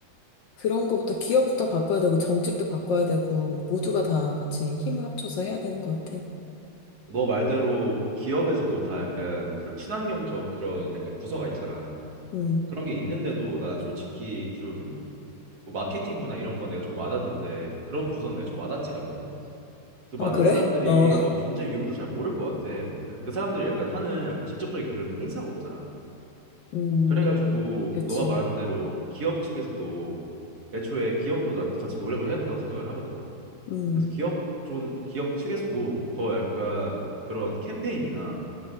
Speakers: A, on the left; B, on the right.
A: 그런 거부터 기업부터 바꿔야 되고, 정책도 바꿔야 되고, 모두가 다 같이 힘을 합쳐서 해야 되는 것 같아.
B: 너 말대로 그 기업에서도 다 약간 그런 친환경적 그런 약간 부서가 있잖아.
A: 음,
B: 그런 게 있는데도 난 솔직히 좀뭐 마케팅 부나 이런 건 내가 좀 와닿는데 그런 부서는 내가 좀 와닿지가 않거든. 또
A: 어,
B: 많은
A: 그래?
B: 사람들이
A: 어, <laughs>
B: 어, 존재 유무도 잘 모를 것 같아. 그, 그 사람들이 약간 하는 약간 직접적인 그런 행사가 없잖아.
A: 음,
B: 그래가지고
A: 그치.
B: 너가 말한 대로 기업 측에서도 애초에 기업도 난 같이 노력을 해야 된다고 생각을 하거든.
A: 음,
B: 그래서 기업 존 기업 측에서도 더 약간 그런 캠페인이나